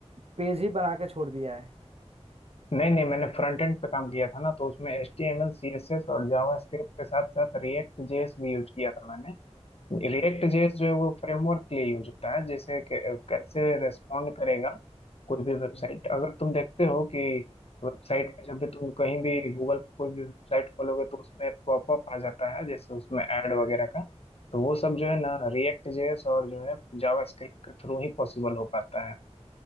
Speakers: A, on the right; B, on the left.
A: पेज ही बना के छोड़ दिया है
B: नहीं नहीं मैंने फ्रंट एंड पे काम किया था ना तो उसमें H T M L C S S और जावा स्क्रिप्ट के साथ साथ रिएक्ट जेएस भी यूज किया था मैंने रिएक्ट जेएस जो है वो फ्रेमवर्क के लिए यूज होता है जैसे कै- कैसे रेस्पॉन्ड करेगा कोई भी वेबसाइट अगर तुम देखते हो कि वेबसाइट पे जब भी तुम कहीं भी गूगल पे कोई भी वेबसाइट खोलोगे तो उसमें पॉपअप आ जाता है जैसे उसमें ऐड वगैरह का तो वो सब जो है ना रिएक्ट जेएस और जो है जावास्क्रिप्ट के थ्रू ही पॉसिबल हो पाता है